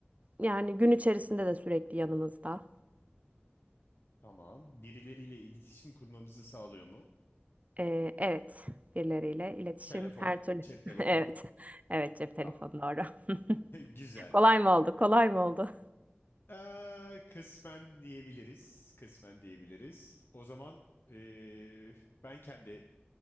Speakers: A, on the right; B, on the left.
A: yani gün içerisinde de sürekli yanımızda.
B: Tamam. Birileriyle iletişim kurmamızı sağlıyor mu?
A: Eee, evet, birileriyle iletişim
B: Telefon,
A: her türlü.
B: cep telefonu.
A: <laughs> Evet, evet cep telefonu
B: Tamam.
A: doğru.
B: <laughs> Güzel.
A: <laughs> Kolay mı oldu? Kolay mı oldu?
B: Eee, kısmen diyebiliriz. Kısmen diyebiliriz. O zaman eee, ben kendi